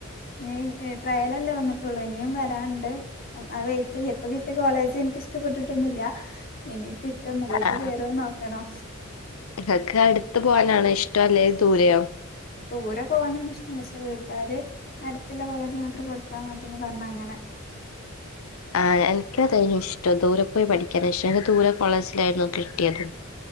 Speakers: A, on the left; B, on the left.
A: ഇനി ട്രയലല്ലേ വന്നിട്ടുള്ളൂ ഇനിയും വരാനണ്ട് അപ്പം ആ വെയിറ്റ് ചെയപ്പ കിട്ടിയ കോളേജ് എനിക്ക് ഇഷ്ടപ്പെട്ടിട്ടൊന്നില്ല എനി കിട്ട് മുകൾക്ക്
B: ആ
A: കയറോന്ന്ോക്കണോ
B: നിങ്ങക്ക് അടുത്ത പോകാനാണ് ഇഷ്ടം അല്ലെ ദൂരെയോ
A: ദൂരെ പോകാനാണ് ഇഷ്ടം പക്ഷെ വീട്ടുകാാര് അടുത്തുള്ള കോളേജ് മാത്രം കൊടുത്താൽ മതിന്ന് പറഞ്ഞ അങ്ങനെ <inaudible>
B: ആ എനക്ക്ത ഇഷ്ടം ദൂരെ പോയി പഠിക്കാൻ എനിക്ക് ദൂരെ കോളേജിലായിരുന്നു കിട്ടിയത്